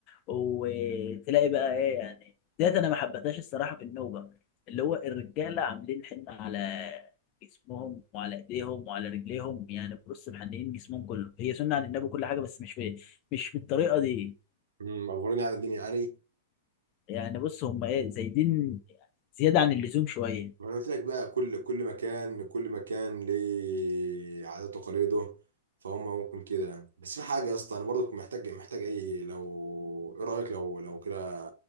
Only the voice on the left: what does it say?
وتلاقي بقى ايه يعني ديت انا ما حبيتهاش الصراحه في النوبه اللي هو الرجاله عاملين حنه على جسمهم وعلى ايديهم وعلى رجليهم يعني بص محنيين جسمهم كله هي سنه عن النبي كل حاجه بس مش في مش بالطريقه دي
يعني بص هم ايه زايدين زيادة عن اللزوم شوية